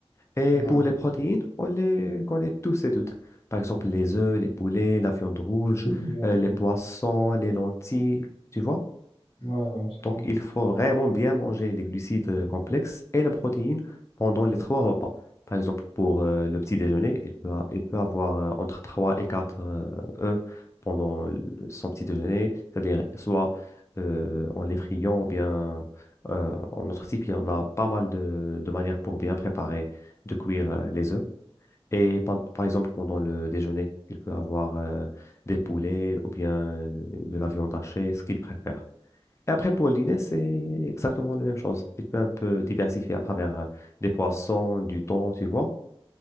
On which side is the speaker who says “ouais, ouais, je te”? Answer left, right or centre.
Left